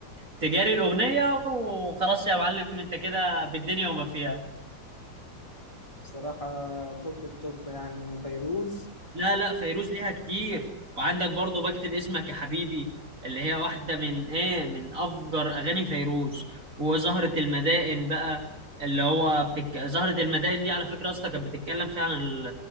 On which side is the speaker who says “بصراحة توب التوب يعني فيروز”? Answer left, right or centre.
Left